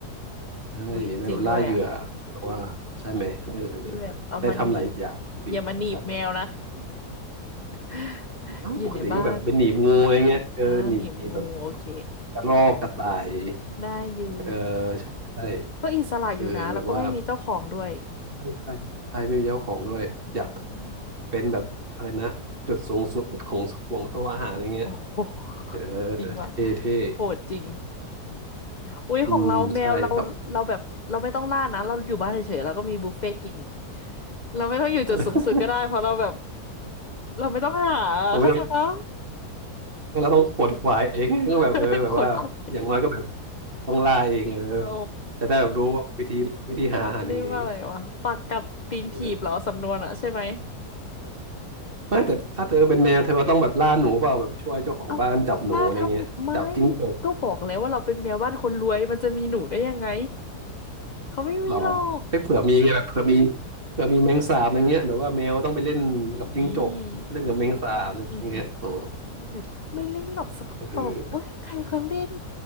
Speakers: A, on the right (about 35°); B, on the left (about 55°).
A: ใช่ได้แบบล่าเหยื่อเพราะว่าใช่ไหมเออ
B: อุ๊ยจริงด้วยอ่ะที่แบบเอามาหนีบ
A: ได้ทำหลายอย่างดีใช่
B: อย่ามาหนีบแมวนะ <laughs>
A: ไม่ปกติก็แบบเป็นหนีบงูอะไรเงี้ยเออหนีบแบบ
B: อยู่ในบ้านอ่าหนีบงูโอเค
A: กระรอกกระต่าย
B: ได้อยู่
A: เออใช่
B: ก็อิสระอยู่นะแล้วก็ไม่มีเจ้าของด้วย
A: เออแบบว่า ใช่ใช่ใช่ไม่มีเจ้าของด้วยอยาก
B: อืม
A: เป็นแบบอะไรนะจุดสูงสุดของห่วงโซ่อาหารอะไรเงี้ย
B: โอ้โห <laughs>
A: เออ
B: จริงว่ะ
A: เท่เท่
B: โหดจริง อุ๊ยของเราแมวเราเราแบบเราไม่ต้องล่านะเราอยู่บ้านเฉยๆเราก็มีบุฟเฟ่ต์กิน
A: อืมใช่ก็
B: เราไม่ต้องอยู่จุดสูงสุดก็ได้เพราะเราแบบ
A: <laughs>
B: เราไม่ต้องหาเข้าใจปะ
A: เราไม่ต้องเราต้องขวนขวายเองก็แบบเออแบบว่าอย่างน้อยก็แบบ
B: <laughs> ขวนขวาย
A: ต้องล่าเองเออ
B: <laughs> โอ้
A: จะได้แบบรู้ว่าวิธีวิธีหาอาหารยังไง
B: เรียกว่าอะไรวะปากกัดตีนถีบเหรอสำนวนอะใช่ไหม
A: เออไม่แต่ถ้าเธอเป็นแมวเธอก็ต้องแบบล่าหนูเปล่าแบบช่วยเจ้าของบ้านจับหนูอะไรเงี้ยจับจิ้งจก
B: เอ้าล่าทำไมก็บอกแล้วว่าเราเป็นแมวบ้านคนรวยมันจะมีหนูได้ยังไงเขาไม่มีหรอก
A: หรอให้เผื่อมีไงแบบเผื่อมีเผื่อมีแมงสาบอย่างเงี้ยแบบว่าแมวต้องไปเล่นกับจิ้งจกเล่นกับแมงสาบอย่างเงี้ยอ๋อ
B: อีอือหือ ไม่เล่นไม่เล่นหรอกสกปรกเว้ยใครเขาเล่น
A: เออ